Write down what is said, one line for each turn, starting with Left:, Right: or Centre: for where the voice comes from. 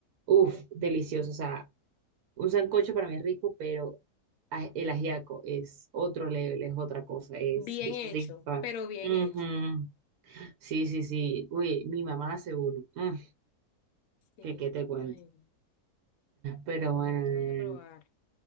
Right: uff, delicioso. O sea, Un sancocho para mí es rico, pero a- el ajiaco es otro level, es otra cosa, es
Left: Bien
Right: eso
Left: hecho,
Right: te infa.
Left: pero bien
Right: Ujú.
Left: hecho.
Right: Sí, sí, sí. Uy, mi mamá hace uno. Mm,
Left: Sí.
Right: que qué te cuento.
Left: Ay,
Right: Pero
Left: no,
Right: bueno,
Left: no, tengo
Right: nena,
Left: que probar.